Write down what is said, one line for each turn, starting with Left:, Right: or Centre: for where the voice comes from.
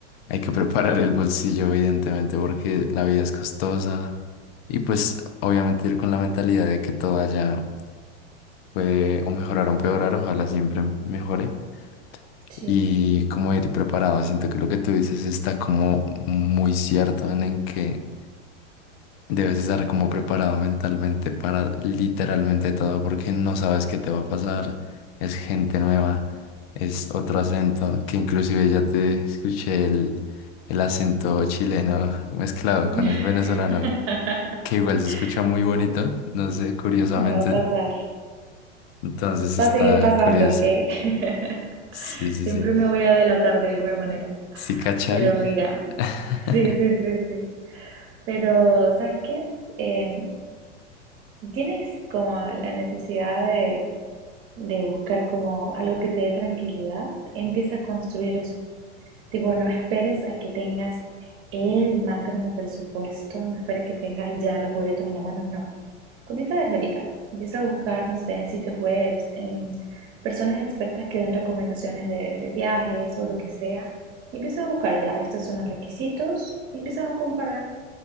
Left: hay que <laughs> preparar el bolsillo, evidentemente, porque la vida es costosa. Y pues obviamente ir con la mentalidad de que todo allá puede o mejorar o empeorar, ojalá siempre mejore.
Right: sí.
Left: Y como ir preparado, siento que lo que tú dices está como muy cierto en en que Debes estar como preparado mentalmente para literalmente todo porque no sabes qué te va a pasar. Es gente nueva, es otro acento, que inclusive ya te escuché el, el acento chileno mezclado con
Right: <laughs>
Left: el venezolano, que igual se escucha muy
Right: Sí,
Left: bonito, no sé, curiosamente.
Right: Me va a pasar,
Left: Entonces está
Right: va a seguir pasando,
Left: curioso.
Right: ¿ok? <laughs>
Left: Sí, sí,
Right: Siempre
Left: sí.
Right: me voy a delatar de alguna manera.
Left: Sí, cachai.
Right: Pero mira,
Left: <laughs>
Right: sí, sí, sí, sí. Pero, ¿sabes qué? Em, si tienes como la necesidad de, de buscar como algo que te dé tranquilidad, empieza a construir eso. Tipo, no esperes a que tengas el magno presupuesto, no esperes que tengas ya los boletos en la mano, no. Comienza desde ahorita. Empieza a buscar, no sé, en sitios web, en personas expertas que den recomendaciones de, de viajes o lo que sea. Y empieza a buscar ya, estos son los requisitos, y empiezas a comparar